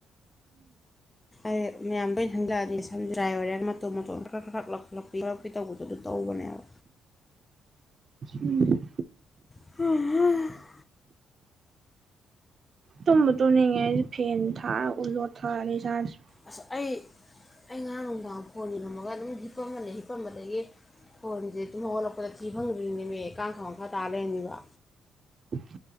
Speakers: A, on the left; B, on the right.
A: ꯑꯩ ꯃꯌꯥꯝꯗꯣꯏꯩꯅ ꯊꯟꯖꯛꯑꯅꯤ ꯁꯝꯗ꯭ꯔꯥꯏ ꯑꯣꯏꯔꯒ ꯃꯇꯣꯝ ꯃꯇꯣ ꯑꯃ ꯈꯔ ꯈꯔꯛ ꯂꯧꯛꯈꯠꯂꯛꯄꯤꯕ ꯑꯩꯈꯣꯏ ꯇꯧꯕꯗꯣ ꯑꯗꯨ ꯇꯧꯕꯅꯦꯕ
B: ꯎꯝ
A: ꯍ
B: ꯇꯨꯝꯕ ꯇꯧꯅꯤꯡꯉꯦ ꯐꯦꯟ ꯊꯥꯛ ꯑꯣꯠꯂꯣ ꯊꯛꯑ ꯔꯤꯆꯥꯥꯔꯖ
A: ꯑꯁ ꯑꯩ ꯑꯩ ꯉꯥ ꯅꯨꯡꯗꯥꯡ ꯐꯣꯟ ꯌꯔꯝꯃꯒ ꯑꯗꯨꯝ ꯍꯤꯞꯄꯝꯕꯅꯤ ꯍꯤꯞꯄꯝꯕꯗꯒꯤ ꯐꯣꯟꯁꯦ ꯑꯗꯨꯝ ꯍꯧꯒꯠꯂꯛꯄꯗ ꯊꯤ ꯐꯪꯗ꯭ꯔꯤꯅꯦꯃꯦꯀꯥꯡꯈꯪꯕ ꯃꯈꯥ ꯇꯥ ꯂꯩꯔꯅꯤꯕ
B: ꯎ